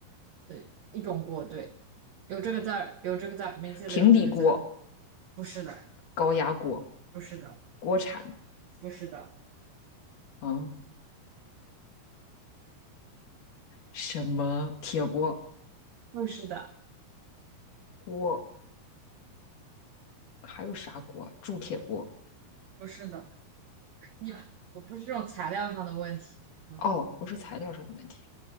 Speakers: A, on the right (about 80°); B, on the left (about 55°).
A: 对，一种锅，对，有这个字儿，有这个字儿，名字里有这个字儿，
B: 平底锅、
A: 不是的，
B: 高压锅、
A: 不是的，
B: 锅铲
A: 不是的，
B: 啊，什么铁锅、
A: 不是的，
B: 锅，还有啥锅？铸铁锅。
A: 不是的，你，我不是这种材料上的问题。嗯。
B: 哦，不是材料上的问题，